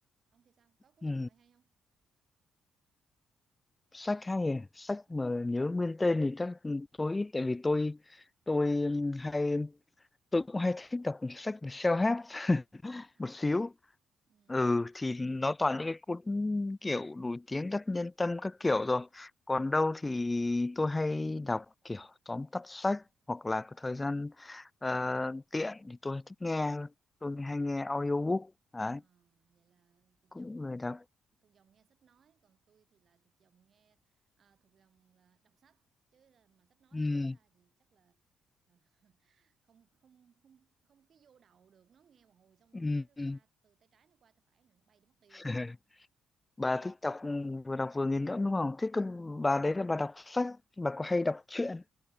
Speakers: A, on the right; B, on the left.
A: ông thì sao có cuốn
B: ừ
A: sách nào hay hay không
B: sách hay à? sách
A: ừ.
B: mà nhớ nguyên tên thì chắc tôi ít tại vì tôi tôi ừm, hay tôi cũng hay thích đọc sách về self-help một
A: à
B: xíu
A: ừ.
B: ừ thì nó toàn những cái cuốn kiểu nổi tiếng đắc nhân tâm các kiểu rồi còn đâu
A: Ồ.
B: thì tôi hay đọc kiểu tóm tắt sách hoặc là có thời gian ờ, tiện thì tôi thích nghe tôi hay nghe audiobook đấy
A: À, vậy là thuộc
B: cũng
A: dòng
B: lười đọc
A: nghe thích thuộc dòng nghe sách nói còn tôi thì là thuộc dòng nghe à, thuộc lòng là đọc sách chứ là mà sách nói
B: ừ
A: mở ra thì chắc là à, không không không không cái vô đầu được nó nghe một hồi xong
B: ừ,
A: rồi nó
B: ừ.
A: qua từ tay trái nó qua tay phải rồi nó bay đi mất tiêu
B: <laughs>
A: luôn à
B: bà thích đọc vừa đọc vừa nghiền ngẫm đúng không thế cơ bà đấy là bà đọc sách bà có hay đọc truyện